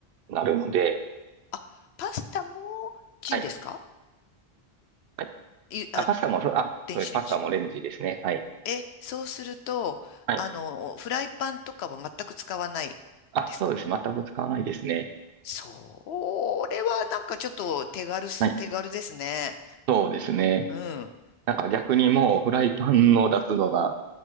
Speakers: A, on the right; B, on the left.
A: なるので、
B: あ、パスタもチンですか
A: はい。はい
B: い、あ、
A: あ、パスタも、そうあ、
B: 電子レンジ。
A: そうです。パスタもレンジですね。はい。
B: え、そうすると、
A: はい。
B: あの、フライパンとかは全く使わないですか
A: あ、そうです。全く使わないですね。
B: それはなんかちょっと手軽す、
A: はい。
B: 手軽ですね。
A: そうですね。
B: うん、
A: なんか逆にもうフライパンを出すのが、